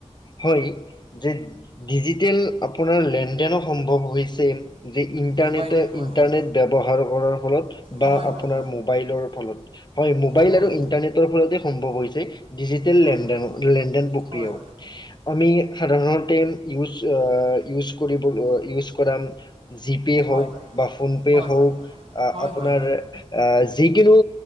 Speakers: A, on the left; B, on the right.
A: হয়, যে ডিজিটেল আপোনাৰ - লেন দেনো সম্ভৱ হৈছে যে ইন্টাৰনেটে
B: মোবাইল হয়
A: ইন্টাৰনেট
B: হয়
A: ব্যৱহাৰ কৰাৰ ফলত।
B: হয়
A: বা আপোনাৰ
B: হয়
A: মোবাইলৰ ফলত। হয় মোবাইল
B: হয়
A: আৰু ইণ্টাৰনেটৰ ফলতে সম্ভৱ হৈছে। ডিজিটেল
B: হয়
A: লেনদেন লেনদেন মোৰ
B: হয়
A: প্ৰিয়। আমি সাধাৰণতে ইউচ্ ইউচ্ কৰিবল এ ইউচ্ - ইউচ্ কৰা জি পে
B: হয়
A: হ‌ওক বা ফোন পে
B: হয়
A: হওক আ আ
B: হয়
A: আপোনাৰ
B: হয় হয় হয়
A: - অ যিকোনো